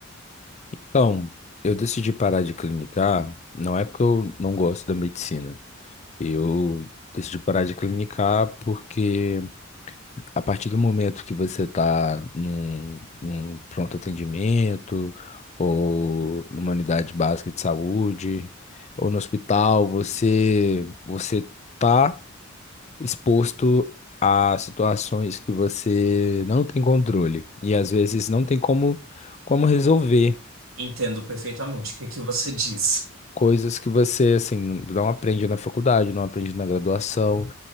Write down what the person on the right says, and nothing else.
Entendo perfeitamente o que que você diz.